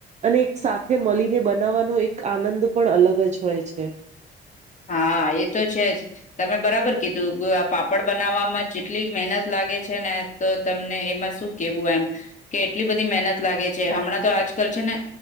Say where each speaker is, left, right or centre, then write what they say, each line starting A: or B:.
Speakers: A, on the right; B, on the left.
A: અને એક સાથે મળીને બનાવવાનો એક આનંદ પણ અલગ જ હોય છે.
B: હા એ તો છે જ તમે બરાબર કીધું. કીધું તું પાપડ બનાવવામાં જેટલી મહેનત લાગે છે છે ને તો તમને એમાં શું કેવું એમ કે એટલી બધી મહેનત લાગે છે. હમણાં તો આજકાલ છે ને